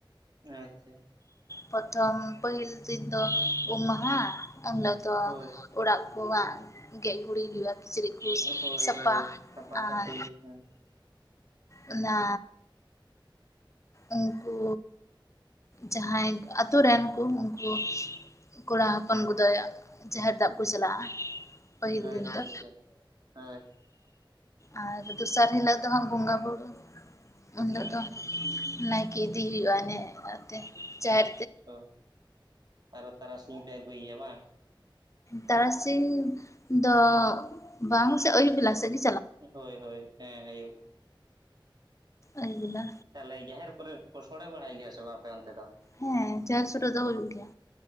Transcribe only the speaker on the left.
ᱯᱚᱨᱛᱷᱚᱢ ᱯᱟᱹᱦᱤᱞ ᱫᱤᱱ ᱫᱚ ᱩᱢ ᱢᱟᱦᱟ ᱩᱱ ᱦᱤᱞᱳᱜ ᱫᱚ
ᱚᱲᱟᱜ ᱠᱚᱣᱟᱜ ᱜᱮᱡ ᱜᱩᱤᱜ ᱦᱩᱭᱩᱜᱼᱟ᱾ ᱠᱤᱪᱨᱤᱡ ᱠᱩ
ᱥᱟᱯᱟ
ᱟᱨ
ᱚᱱᱟ ᱩᱝᱠᱩ ᱡᱟᱦᱟᱸᱭ ᱟᱛᱳ ᱨᱮᱱ ᱠᱩ ᱩᱝᱠᱩ ᱠᱚᱲᱟ ᱦᱚᱯᱚᱱ ᱠᱚᱫᱚ ᱡᱟᱦᱮᱨ ᱫᱟᱵ ᱠᱚ ᱪᱟᱞᱟᱜᱼᱟ᱾ ᱯᱟᱹᱦᱤᱞ
ᱫᱤᱱ ᱫᱚ
ᱟᱨ ᱫᱚᱥᱟᱨ ᱦᱤᱞᱟᱹᱜ ᱫᱚ ᱦᱟᱸᱜ ᱵᱚᱸᱜᱟ ᱵᱩᱨᱩ ᱩᱱ
ᱦᱤᱞᱚᱜ ᱫᱚ
ᱱᱟᱭᱠᱮ ᱤᱫᱤ ᱦᱩᱭᱩᱜᱼᱟ ᱱᱮᱜ ᱚᱛᱮ ᱪᱟᱨ
ᱛᱟᱨᱟᱥᱤᱧ ᱫᱚ ᱵᱟᱝ ᱥᱮ ᱟᱹᱭᱩᱵ ᱵᱮᱞᱟ ᱥᱮᱜ ᱜᱤ
ᱟᱹᱭᱩᱵ ᱵᱮᱞᱟ᱾
ᱦᱮᱸ ᱪᱟᱥ ᱨᱚᱫᱚ ᱦᱩᱭᱩᱜ ᱜᱮᱭᱟ᱾